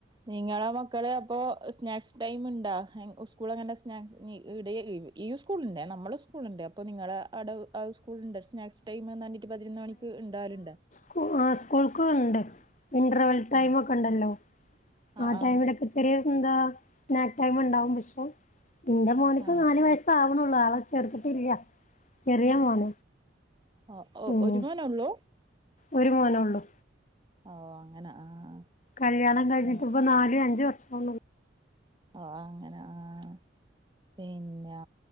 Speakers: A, on the right; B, on the left.
A: നിങ്ങളെ മക്കള് അപ്പോ സ്നാക്സ് ടൈമ്ണ്ടാ ഹെ ഉസ്കൂൾ അങ്ങനെ സ്നാക്സ് <unintelligible> ഈ സ്കൂളുണ്ട് നമ്മള സ്കൂളുണ്ട് അപ്പൊ നിങ്ങളെ ആട അഅ് സ്കൂൾണ്ട് സ്നാക്സ് ടൈമ് നന്നിട്ട് പതിനൊന്ന് മണിക്ക് ഇണ്ടാവലുണ്ട
B: കു ആഹ് സ്കൂൾക്കു ഉണ്ട്. ഇൻറർവൽ ടൈമൊക്കണ്ടല്ലോ
A: ആഹ് ആഹ്
B: ആ
A: ആഹ്
B: ടൈമിലൊക്കെ ചെറിയോര്ക്ക്ന്താ സ്നാക്ക് ടൈമ്ണ്ടാവും പക്ഷെ ഇന്റെ മോന്ക്ക്
A: ആഹ്
B: നല് വയസ് സാവണുള്ളു ആളെ ചേർത്തിട്ടില്ല ചെറിയ മോന
A: ആഹ് ഒ
B: ഉം
A: ഒരുമോനോള്ളൂ?
B: ഒരു മോനെ ഉള്ളൂ.
A: ഓഹ് അങ്ങനെ ആഹ്
B: കല്യാണം കഴിഞ്ഞിട്ടിപ്പ
A: ആഹ്
B: നാല് അഞ്ച് വർഷാവാനായി.
A: ഓഹ് അങ്ങനെ ആഹ് പിന്നെ